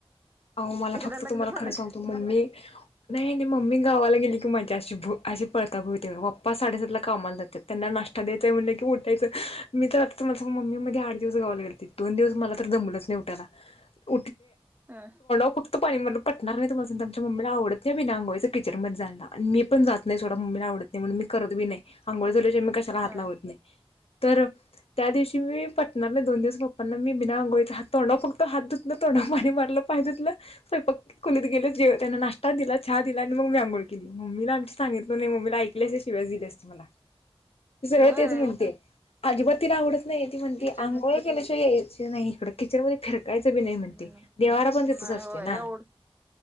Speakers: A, on the left; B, on the right.
A: <inaudible> अ मला
B: एकदा
A: फक्त
B: लग्न
A: तुम्हाला
B: झालं
A: खरं सांगतो
B: की
A: मम्मी नाही नाही मम्मी <inaudible> गावाला गेली की माज अशी भ अशी पळता भुवते पप्पा साडेसातला कामाला जात त्यांना नाष्टा द्यायचाय म्हणले क उठायचं मी तर आता तुम्हा मम्मी मध्ये आठ दिवस गावायला लाेते दोन दिवस मला तर जमलंच नाही उठायला <inaudible>
B: <inaudible> हा
A: <inaudible> फक्त पाणी मण पटणार नाही तम्हांमच्या म्मीला आवडत नाही बीना अंगवायचं किचन म जायला मी पण जात नाही ोडा <inaudible> वत नाही म्हणून मी करती नाही आंोळ झाली मी कशाला हात
B: ह
A: लावत नाही <inaudible> तर त्या दिवशी मी पटणार नाही दोन दिवस पप्पांना मी बिना अंंगोळीत हात तोंडव फक्त हात धुतनं तोंड <inaudible> मणे मतलं <inaudible> पाहि प खोलीत गेले जे त्यांना नाश्ता दिला हा दिला आणि मग मी आंोळ केली म्मीला आमांग स म्मीला ऐ शिवाय दिले असते मला ते सग
B: होय
A: तेच म्हणते <inaudible> <inaudible> अजिबातीला आवडत नाही ती म्हणती
B: किचन
A: आंोळ केल्याशवा यायची नाही इकड किचन मध्ये फिरकायचं बी नाही म्हणते
B: नाही
A: देवारा पण त्याेतच असतोय
B: होय
A: ना
B: एवढं